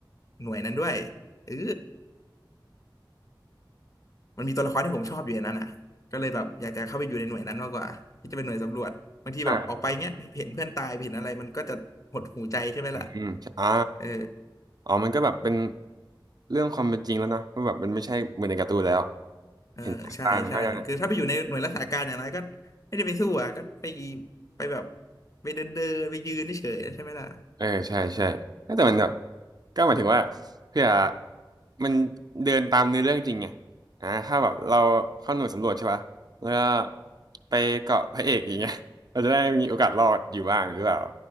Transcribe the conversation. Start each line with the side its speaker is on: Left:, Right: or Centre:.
Left: หน่วยนั้นด้วยเออ มันมีตัวละครที่ผมชอบอยู่ในนั้นอ่ะก็เลยแบบอยากจะเข้าไปอยู่ในหน่วยนั้นมากกว่าที่จะเป็นหน่วยสำรวจบางทีแบบออกไปเงี้ยเห็นเพื่อนตายเห็นอะไรมันก็จะหดหูใจใช่ไหมล่ะ
Right: อ่าอืมอ่า
Left: เออ
Right: อ๋อมันก็แบบเป็นเรื่องความเป็นจริงแล้วเนอะมันแบบมันไม่ใช่เหมือนในการ์ตูนแล้ว
Left: เออใช่ใช่คือถ้าไปอยู่ในหน่วยรักษาการอย่างไรก็ไม่ได้ไปสู้อ่ะก็ไป
Right: เห็นตามันก็จะ
Left: ไปแบบไปเดินเดินไปยืนเฉยๆใช่ไหมล่ะ
Right: เออใช่ใช่ แต่มันแบบก็หมายถึงว่าเพื่อมันเดินตามเนื้อเรื่องจริงไงอ่าถ้าแบบเราเข้าหน่วยสำรวจใช่ปะแล้วก็ไปเกาะพระเอกอย่างเงี้ย <laughs> เราจะได้มีโอกาสรอดอยู่บ้างหรือเปล่า